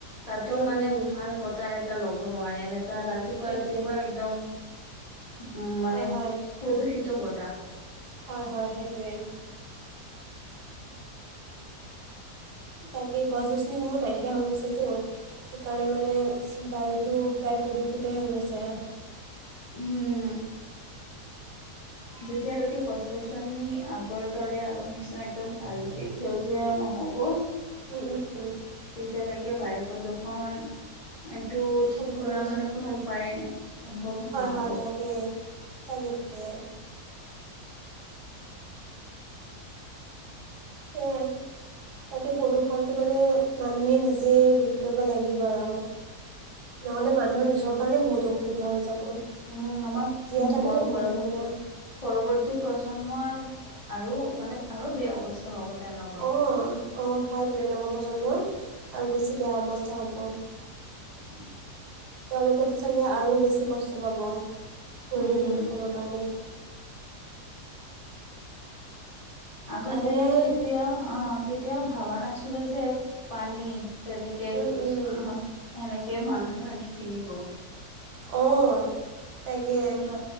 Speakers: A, on the left; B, on the right.
A: তাতেও
B: উম
A: মানে
B: উম
A: ভাল বঁতাহ এটা ল'ব নোৱাৰে এনেকা ৰাতিপুৱা,
B: সেইটোৱে
A: ৰাতিপুৱা একদম উ মানে
B: হয় হয়
A: প্ৰদূষিত বঁটা
B: হয় হয় সেইটোৱে তাকে গছ গছনিসমূহ নাইকিয়া হৈ গৈছেতো সেইকাৰণে মানে বায়ুটো প্ৰায় প্ৰদূষতেই হৈ গৈছে
A: উম।
B: <unintelligible>
A: যেতিয়ালৈকে গছ গছনি আগৰ দৰে আগৰ নিচিনা একদম ভালকে সেউজীয়া নহয় হব।
B: উম উম উম,
A: তেতিয়ালৈকে বায়ু প্ৰদূৰ্ষন টো
B: সম্ভৱেই
A: ঠিক কৰা
B: নহয়
A: মানে কোনো উপায়ে নাই সম্ভৱ
B: হয়
A: নহ'ব।
B: হয় তাকে তাকে তাকে। হে তাকে প্ৰদূষণটো মানে মানুহে নিজে ৰোধ কৰিব লাগিব আৰু নহ'লে মানুহৰ
A: উম।
B: নিজৰ কাৰণে বহুত অসুবিধা হৈ যাব
A: উম আমাৰ
B: জীয়াই থকাতে
A: পৰৱৰ্তী
B: বহুত অসুবিধা
A: প্ৰজন্মই আৰু মানে আৰু বেয়া অৱস্থা হ'ব। তেওঁলোকৰ।
B: অঁ অঁ হয়তোৱে নৱপ্ৰজন্মৰ আৰু বেছি বেয়া অৱস্থা হ'ব তেওঁলোকেতো চাগে আৰু বেছি বছ কষ্ট পাব পৰিৱেশ
A: উম।
B: প্ৰদূষণৰ কাৰণে
A: আগতে
B: লাহে লাহে
A: কেতিয়াও অ কেতিয়াও ভাবা নাছিলো যে পানী যেনেকে,
B: উম উম
A: <unintelligible> এনেকে মানুহে আনি কিনিব।
B: অঁ। তাকে।
A: কোনো